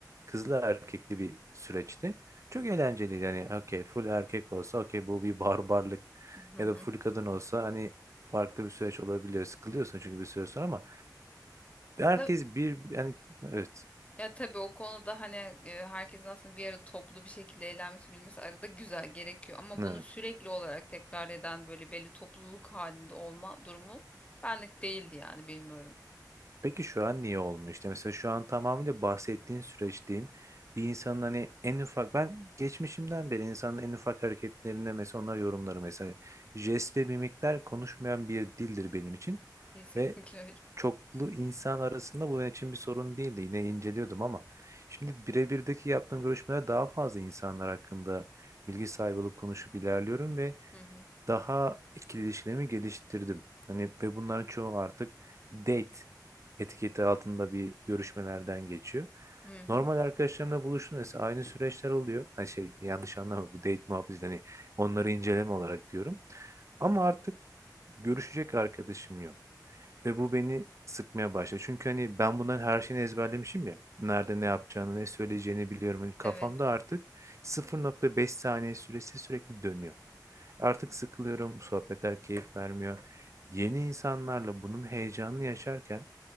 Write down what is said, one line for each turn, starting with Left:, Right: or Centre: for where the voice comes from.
Right: kızlı erkekli bir süreçti. Çok eğlenceliydi. Yani okey full erkek olsa okey bu bir barbarlık
Left: Hmm.
Right: ya da full kadın olsa hani farklı bir süreç olabiliyor. Sıkılıyorsun çünkü bir süre sonra ama herkes
Left: <laughs>
Right: bir yani evet.
Left: Ya tabii o konuda hani e, herkesin aslında bir arada toplu bir şekilde eğlenmesi, gülmesi arada güzel gerekiyor. Ama
Right: Evet.
Left: bunu sürekli olarak tekrar eden böyle belli topluluk halinde olma durumu benlik değildi yani bilmiyorum.
Right: Peki şu an niye olmuyor? İşte mesela şu an tamamıyla bahsettiğin süreçteyim. Bir insanın hani en ufak ben geçmişimden beri insanın en ufak hareketlerinde mesela onlar yorumları mesela jest ve mimikler konuşmayan bir dildir benim için
Left: <laughs> Kesinlikle
Right: ve
Left: öyle.
Right: çoklu insan arasında bu benim için bir sorun değildi. Yine inceliyordum ama şimdi birebirdeki yaptığım görüşmeler daha fazla insanlar hakkında bilgi sahibi olup konuşup ilerliyorum ve
Left: Hı hı.
Right: daha ikili ilişkilerimi geliştirdim. Hani ve bunların çoğu artık date etiketi altında bir görüşmelerden geçiyor.
Left: Hı hı.
Right: Normal arkadaşlarımla buluştum mesela aynı süreçler oluyor. Hani şey yanlış anlama bu date muhabbeti hani onları inceleme olarak diyorum. Ama artık görüşecek arkadaşım yok. Ve bu beni sıkmaya başladı. Çünkü hani ben bunların her şeyini ezberlemişim ya. Nerede ne yapacağını, ne söyleyeceğini biliyorum. Hani kafamda
Left: Evet.
Right: artık sıfır nokta beş saniye süresi sürekli dönüyor. Artık sıkılıyorum, bu sohbetler keyif vermiyor. Yeni insanlarla bunun heyecanını yaşarken